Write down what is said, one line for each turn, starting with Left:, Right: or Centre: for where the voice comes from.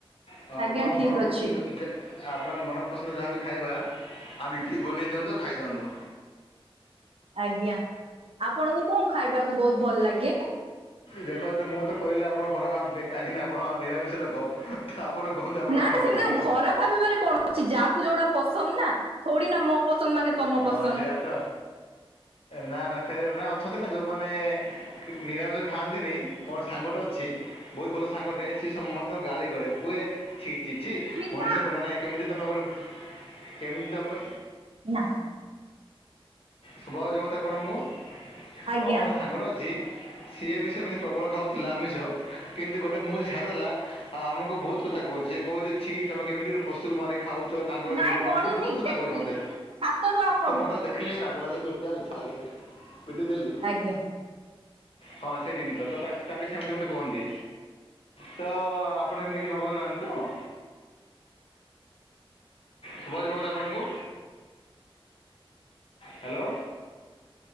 Left: ହ
Right: ଆଜ୍ଞା
Left: ଆପଣଙ୍କ
Right: ଠିକ
Left: ମନପସନ୍ଦ
Right: ଅଛି
Left: ଯେ ଆପଣଙ୍କ ମନ ପସନ୍ଦ ଆଣିକି ଖାଇବା ଆ ଟିକି ବନେଇ ଦିଅନ୍ତୁ ଖାଇଦିଅନ୍ତୁ।
Right: ଆଜ୍ଞା ଆପଣଙ୍କୁ କଣ ଖାଇବାକୁ ବହୁତ ଭଲ ଲାଗେ?
Left: ଦେଖନ୍ତୁ ମୁଁ ତ କହିଲେ ଆପଣ ଖରାପ ଭାବିବେ କାହିଁକି ନା ଆପଣ ନିରାମିଷ ଲୋକ। ତ ଆପଣ କୁହନ୍ତୁ ଆପଣଙ୍କୁ
Right: ନା
Left: କ'ଣ
Right: ନା
Left: ଭଲ
Right: ସେମିତି
Left: ଲାଗେ
Right: ଖରା ଭାବିବାରେ କଣ ଅଛି ଯାହାକୁ ଯୋଉଟା ପସନ୍ଦ ନା ଥୋଡି ନା ମ ପସନ୍ଦ ମାନେ ତମ
Left: ହଁ
Right: ପସନ୍ଦ
Left: ସେଇଆା ତ ନା ନା ଫେର ନା ଅଛନ୍ତି ନା ଯୋଉମାନେ ନିରାମିଷ ଖାଆନ୍ତିନି ମୋର ସାଙ୍ଗଟେ ଅଛି। ବହୁତ ଭଲ ସାଙ୍ଗଟେ ସିଏ ସମସ୍ତଙ୍କୁ ଗାଳି କରେ କୁହେ ଛି ଛି ଛି
Right: ସ୍ମିତା
Left: ମଣିଷ ମାନେ କେମିତି ତମେ ଗଲ କେମିତି ତମେ
Right: ନା।
Left: ଶୁଭାହଉଛି ମୋ କଥା ଆପଣଙ୍କୁ
Right: ଆଜ୍ଞା
Left: ହଁ ମୋର ସାଙ୍ଗଟେ ଅଛି। ସିଏ ବି ସେମିତି ପ୍ରବଳ ଖାଉଥିଲା ଆମିଷ କିନ୍ତୁ ଗୋଟେ ମୁଁ ଛାଡ଼ିଦଲା ଆମକୁ ବହୁତ କଥା କହୁଛି ସିଏ କହୁଛି। ଛି ତମେ କେମିତି ପଶୁ କୁ ମାରିକି ଖାଉଛ ତାଙ୍କର
Right: ନାଇଁ
Left: ଜୀବନ
Right: ପଡୁନି
Left: ଅଛି ବହୁତ କଥା
Right: ଦେଖିଲି
Left: କହେ ମୋତେ।
Right: ଛାତରୁ ଆଉ ପଡୁଛି
Left: ତ ମତ ଦେଖିଲେ ରାଗ ଲାଗେ ପିଟିବାକୁ ଇଚ୍ଛା ଲାଗେ ପିଟି ଦେଲି।
Right: ଆଜ୍ଞା।
Left: ହଁ ସେଇ ଜିନିଷ ତ ତା ତାଙ୍କେ ସେମିତି ମତେ କୁହନ୍ତି। ତ ଆପଣ ଏମିତି ଭାବୁ ନାହାନ୍ତି ତ? ସୁୁବାଯିବ ତ ଆପଣଙ୍କୁ? ହାଲୋ